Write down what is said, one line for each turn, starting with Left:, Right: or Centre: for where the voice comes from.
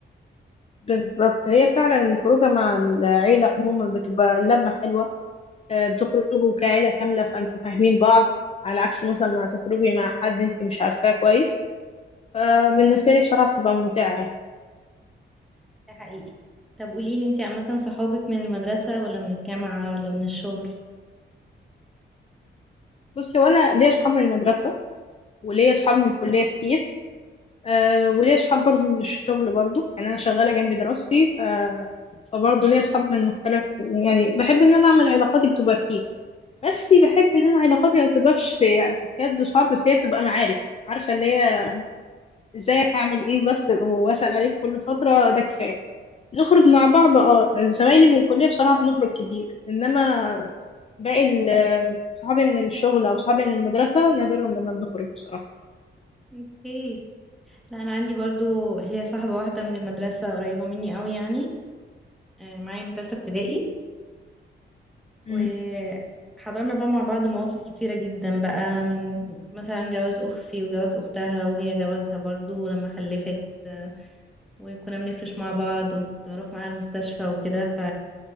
Left: بالظبط هي فعلا الخروجة مع العيلة عموما بتبقى لمة حلوة آه، بتخرجوا كعيلة كاملة فانتوا فاهمين بعض على عكس مثلا ما تخرجي مع حد انت مش عارفاه كويس فبالنسبة لي بصراحة بتبقى ممتعة يعني
Centre: ده حقيقي طب قوليلي انتي عامه صحابك من المدرسه ولا من الجامعه ولا من الشغل
Left: بصي وانا ليا اصحاب من المدرسة وليا اصحاب من الكلية كتير آه، وليا اصحاب برضه من الشغل برضه يعني انا شغالة جنب دراستي ف... فبرضه ليا اصحاب من مختلف يعني بحب ان انا اعمل علاقاتي بتبقى كتير بس بحب ان انا علاقاتي ما بتبقاش يعني بجد صعب بس هي بتبقى معارف عارفة اللي هي ازيك عامل ايه بس واسأل عليك كل فترة ده كفاية نخرج مع بعض اه زمايلي من الكلية بصراحة بنخرج كتير انما باقي ال- صحابي من الشغل او صحابي من المدرسة نادرا لما بنخرج بصراحة
Centre: اوكي لا انا عندي برضو هي صاحبة واحدة من المدرسة قريبة مني قوي يعني آه، معايا من تالتة ابتدائي
Left: مم.
Centre: وحضرنا بقى مع بعض مواقف كتيرة جدا بقى من مثلا جواز اختي وجواز اختها وهي جوازها برضو ولما خلفت آه، وكنا بنفرش مع بعض وكنت بروح معاها المستشفى وكده ف